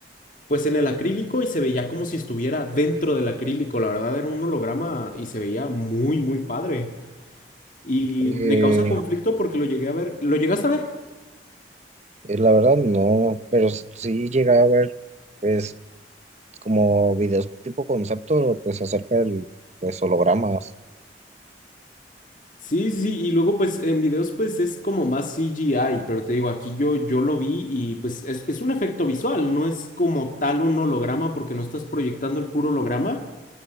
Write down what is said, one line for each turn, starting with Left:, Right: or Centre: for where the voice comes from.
Left: pues en el acrílico y se veía como si estuviera dentro del acrílico, la verdad era un holograma y se veía muy, muy padre. Y
Right: Eh,
Left: me causa conflicto porque lo llegué a ver. ¿Lo llegaste a ver?
Right: Eh, La verdad no, pero s- sí llegué a ver pues como videos tipo concepto pues acerca del pues hologramas.
Left: Sí, sí, sí. Y luego, pues, en videos, pues, es como más CGI, pero te digo, aquí yo, yo lo vi y, pues, es, es un efecto visual, no es como tal un holograma porque no estás proyectando el puro holograma,